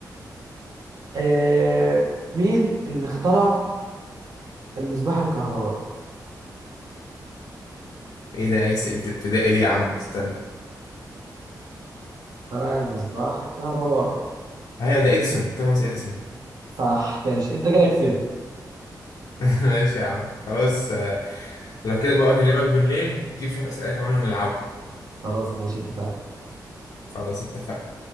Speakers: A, on the right (about 55°); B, on the left (about 70°).
A: آه مين اللي اخترع المصباح الكهربائي
B: ايه ده ايه سئلت ابتدائي دي يا عم استنى <sighs>
A: اخترع المصباح الكهربائي
B: ايوه ده اديسون توماس اديسون.
A: صح كاش انت كده كسبت
B: <laughs> ماشي يا عم خلاص آه، لو كده بقى اكلمك بالليل نجيب شوية أسئلة كمان ونلعبها
A: خلاص ماشي اتفقنا
B: خلاص اتفقنا